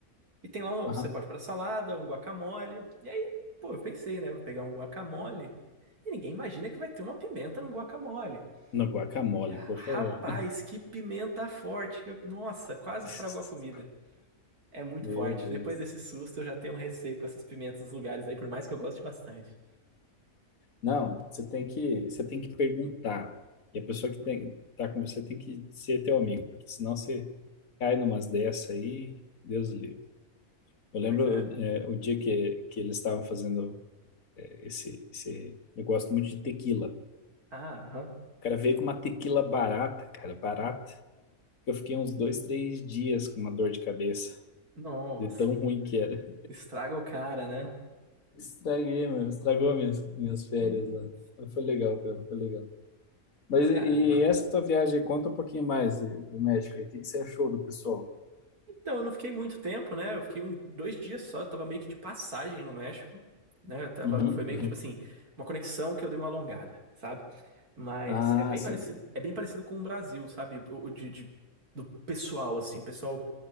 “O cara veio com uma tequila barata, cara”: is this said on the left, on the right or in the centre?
Left